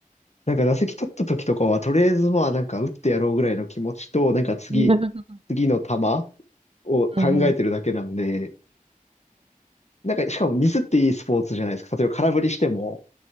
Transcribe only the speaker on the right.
<laughs>
うんうん。